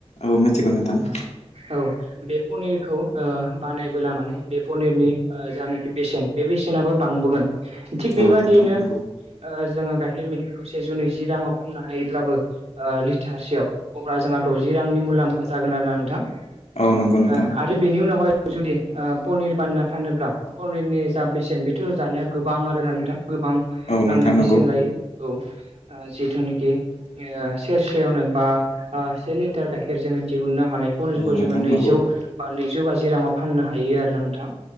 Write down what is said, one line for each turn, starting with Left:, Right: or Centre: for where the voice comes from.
Left: औ मिथिगौ नोंथां।
Right: औ बे पनिरखौ ओ बानायबोला माने बे पनिरनि ओ जानोखि बेसेन बे बेसे सेनाबो बांबोगोन थिग
Left: औ
Right: बेबाददियैनो
Left: नोंथां नंगौ
Right: ओ जोङो गाइखेर मैखिखौ सेजौ नैजि राङाव फाननो हायोब्लाबो ओ लिटारसेयाव अब्ला जोंहा द'जि रांनि मुलाम्फा जागोन आरो ना नोंथां।
Left: औ नंगौ नोंथां
Right: ना आरो बेनि उनावहाय जुदि ओ पनिर बानायना फानोब्ला पनिरनि जा बेसेन बेथ' जानाया गोबां आरोना नोंथां। गोबां
Left: औ नोंथां
Right: आं
Left: नंगौ
Right: बेसेन लायो औ जि निकि ओ सेरसेयावनो बा ओ से लिटार गाइखेर जोंनो दिहुननो हानाय पनिरखौ
Left: औ नोंथां
Right: जोङो नैजौ
Left: नंगौ
Right: बा नैजौ बाजि रांआव फाननो हायो आरोना नोंथां।